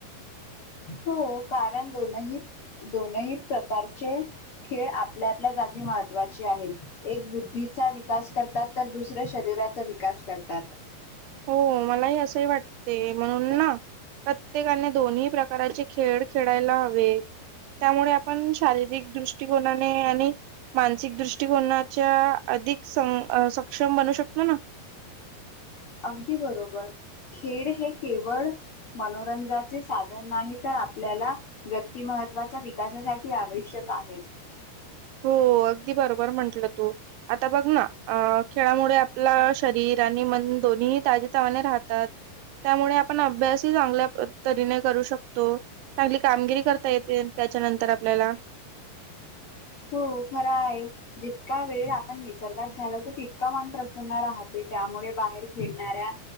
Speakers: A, on the left (about 40°); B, on the right (about 85°).
A: हो कारण दोनही दोनही प्रकारचे खेळ आपल्यापल्या जागी महत्त्वाचे आहेत. एक बुद्धीचा विकास करतात तर दुसऱ्या शरीराचा विकास करतात.
B: हो मलाही असंही वाटते म्हणून ना प्रत्येकाने दोन्ही प्रकाराचे खेळ खेळायला हवेत त्यामुळे आपण शारीरिक दृष्टिकोनाने आणि मानसिक दृष्टिकोनाच्या अधिक सं सक्षम बनू शकतो ना
A: अगदी बरोबर खेळ हे केवळ मनोरंजाचे साधन नाही तर आपल्याला व्यक्ति महत्त्वाच्या विकासासाठी आवश्यक आहेत
B: हो अगदी बरोबर म्हंटलं तू आता बघ ना खेळामुळे आपलं शरीर आणि मन दोन्ही ताजतवाने राहतात. त्यामुळे आपण अभ्यासही चांगल्या तरीने करू शकतो. चांगली कामगिरी करता येते त्याच्यानंतर आपल्याला
A: हो खरा आहे. जितका वेळ आपण निसर्गात घालवतो तितका मन प्रसन्न राहते त्यामुळे बाहेर खेळणाऱ्या